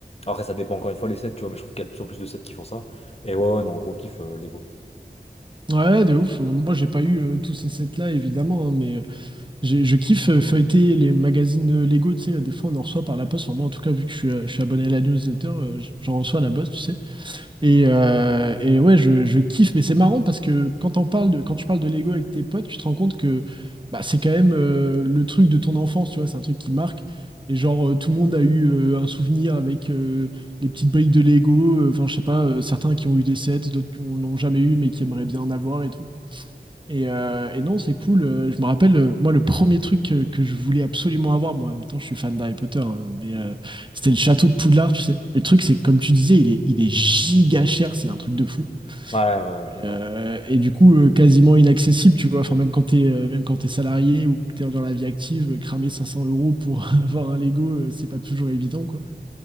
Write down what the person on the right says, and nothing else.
Ouais, de ouf. Moi, j'ai pas eu euh, tous ces sets-là, évidemment, hein, mais euh, j'ai- je kiffe euh, feuilleter les magazines euh, Lego, tu sais. euh, Des fois, on en reçoit par la poste. Enfin, moi, en tout cas, vu que je suis, euh, je suis abonné à la newsletter, euh, j- j'en reçois à la poste, tu sais. Et, euh, et ouais, je, je kiffe. Mais c'est marrant parce que quand on parle de, quand tu parles de Lego avec tes potes, tu te rends compte que bah, c'est quand même euh, le truc de ton enfance, tu vois. C'est un truc qui marque. Et genre, euh, tout le monde a eu euh, un souvenir avec... euh, les petites briques de Lego, euh, enfin je sais pas, euh, certains qui ont eu des sets, d'autres qui n'ont jamais eu mais qui aimeraient bien en avoir et tout. Et, euh, et non, c'est cool. Euh, Je me rappelle, euh, moi, le premier truc que, que je voulais absolument avoir, moi, en même temps, je suis fan d'Harry Potter, hein, mais euh, c'était le château de Poudlard, tu sais. Le truc, c'est que, comme tu disais, il est, il est giga cher, c'est un truc de fou.
Et,
euh, et du coup, euh, quasiment inaccessible, tu vois. Enfin, même quand t'es, euh, même quand t'es salarié ou que t'es dans la vie active, euh, cramer 500 euros pour <laughs> avoir un Lego, euh, c'est pas toujours évident, quoi.